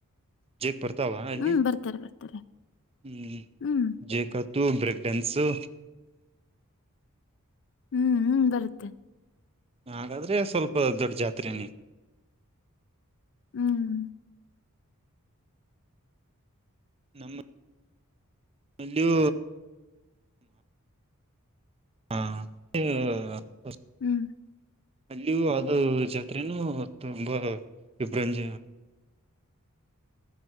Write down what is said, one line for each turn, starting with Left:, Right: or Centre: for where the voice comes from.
Right: ಜೇಕ್ ಬರ್ತಾವ ಅಲ್ಲಿ
Left: ಹ್ಮ್ ಬರ್ತಾರೆ ಬರ್ತಾರೆ
Right: ಹ್ಮ
Left: ಹ್ಮ್
Right: ಜೇಕ ತೂ ಬ್ರೇಕ್ ಡ್ಯಾನ್ಸು
Left: ಹ್ಮ್ ಹ್ಮ್ ಬರುತ್ತೆ.
Right: ಹಾಗಾದ್ರೆ ಸ್ವಲ್ಪ ದೊಡ್ಡ ಜಾತ್ರೆ
Left: ಹ್ಮ್
Right: <unintelligible> ನಮ್ಮಲ್ಲಿಯ ಹಾ <inaudible>
Left: ಹ್ಮ್
Right: ಅಲ್ಲಿಯೂ ಅದು ಜಾತ್ರೆನೂ ತುಂಬಾ ವಿಭ್ರಂಜ.